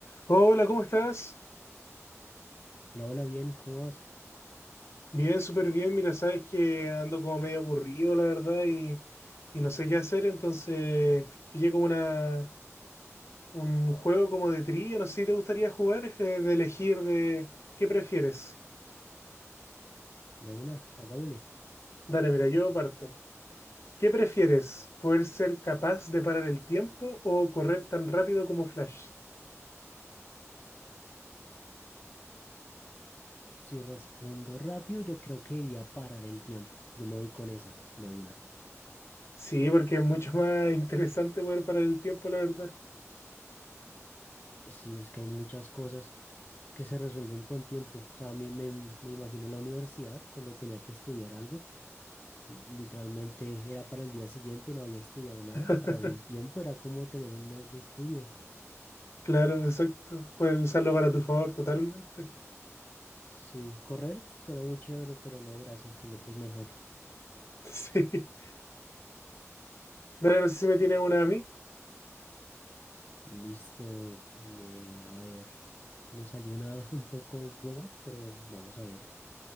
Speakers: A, on the left; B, on the left.
A: Hola, ¿cómo estás?
B: Hola, hola, bien, ¿cómo vas?
A: Bien, súper bien. Mira, sabes que ando como medio aburrido, la verdad, y, y no sé qué hacer, entonces pillé como una, un juego como de trivia, no sé si te gustaría jugar, eh, de elegir de qué prefieres.
B: De una, hagámosle.
A: Dale, mira, yo parto. ¿Qué prefieres? ¿Poder ser capaz de parar el tiempo o correr tan rápido como Flash?
B: Si respondo rápido, yo creo que iría parar el tiempo. Yo me voy con esa, de una.
A: Sí, porque es mucho más <laughs> interesante poder parar el tiempo, la verdad.
B: Sí, es que hay muchas cosas que se resuelven con tiempo. O sea, me, me, me imagino en la universidad cuando tenía que estudiar algo. y Literalmente era para el día siguiente, no había estudiado nada.
A: <laughs>
B: Parar el tiempo era como tener un mes de estudio.
A: Claro, exacto. Puedes usarlo para tu favor totalmente.
B: Sí, correr suena muy chévere, pero no, gracias, el otro es mejor.
A: <laughs> Sí. Dale, no sé si me tienes una a mí.
B: Listo. eh, a ver, me salió una <laughs> un poco boba, pero vamos a ver.